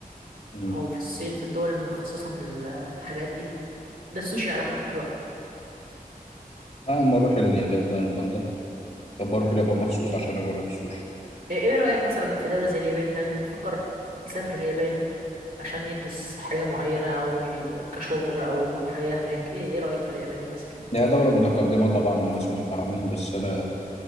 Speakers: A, on the left; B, on the right.
A: مم.
B: او في الصين في الدول المتخصصة في ال- الحاجات دي ده السوشي على حق بقى
A: آه، اما اروح اليابان بقى نبقى نجرب طب اروح اليابان مخصوص عشان اجرب السوشي
B: ايه إيه رأيك مثلا في دولة زي اليابان يعني اللي بيفكر يسافر اليابان عشان يدرس حاجة معينة او ي- كشغل او حياة هناك ايه ايه رأيك في اليابان مثلا
A: هي دولة متقدمة طبعا وناس محترمين بس انا